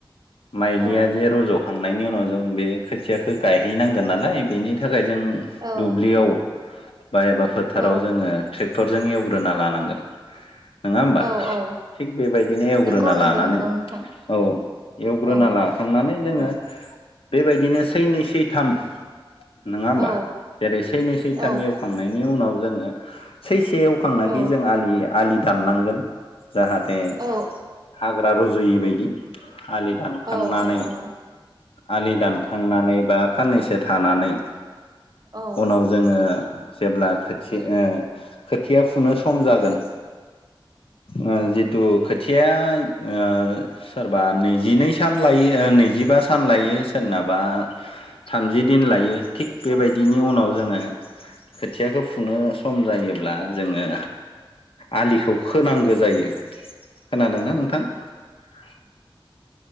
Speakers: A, on the left (about 85°); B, on the right (about 45°).
A: माइलिया
B: औ
A: फोखांनायनि उनाव जों बे खोथियाखौ गायहैनांगोन नालाय बेनि थाखाय जों
B: औ
A: दुब्लियाव बा एबा फोथाराव
B: औ
A: जोङो ट्रेक्टरजों एवग्रोना लानांगोन। नोङा होमबा?
B: औ औ
A: थिग बेबायदिनो एवग्रोना
B: नंगौ नंगौ
A: लानानै
B: नंगौ नोंथां
A: औ एवग्रोना
B: औ
A: ला खांनानै
B: औ
A: जोङो बेबायदिनो सैनै-सैथाम नङा
B: औ
A: होमबा? जेरै- सैनै-सैथाम
B: औ
A: एवखांनायनि उनाव जोङो सै से एवखांनाखि
B: औ
A: जों आलि-आलि दाननांगोन जाहाथे
B: औ
A: हाग्रा रज' यै बायदि आलि दानखांनानै
B: औ
A: आलि दानखांनानै बा खाननैसो थानानै
B: औ
A: उनाव जोङो जेब्ला खो ओ खोथिया फुनो सम जागोन ओ जिथु खोथिया ओ सोरबा नैजिनै सान लायो नैजिबा सान लायो सोरनाबा थामजि दिन लायो। थिग बेबायदिनि
B: औ
A: उनाव जोङो खोथियाखौ फुनो सम जायोब्ला जोङों आलिखौ खोनांगौ जायो ‌। खोनादोंना नोंथां? <inaudible>